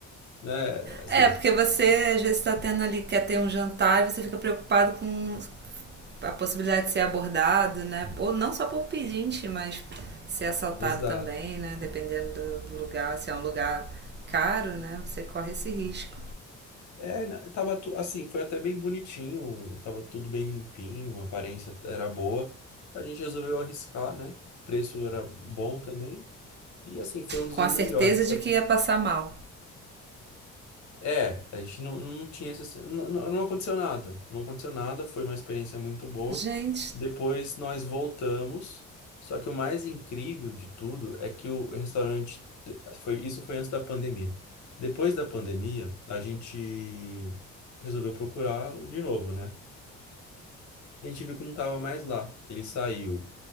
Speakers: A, on the left; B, on the right.
A: né, assim,
B: É, porque você às vezes está tendo ali, quer ter um jantar e você fica preocupado com a possibilidade de ser abordado, né? Ou não só por pedinte, mas ser assaltado
A: exato.
B: também, né? Dependendo do lugar, se é um lugar caro, né? Você corre esse risco.
A: É, na- tava tu- assim, foi até bem bonitinho, tava tudo bem limpinho, a aparência era boa. A gente resolveu arriscar, né? O preço era bom também. E assim, foi um dos
B: Com
A: melhores.
B: a certeza
A: Só
B: de
A: que
B: que ia passar mal.
A: é, a gente não, não tinha essa. Não, não não aconteceu nada. Não aconteceu nada, foi uma experiência muito boa.
B: Gente,
A: Depois nós voltamos. Só que o mais incrível de tudo é que o restaurante. Foi, isso foi antes da pandemia. Depois da pandemia, a gente resolveu procurar de novo, né? E a gente viu que não estava mais lá. Ele saiu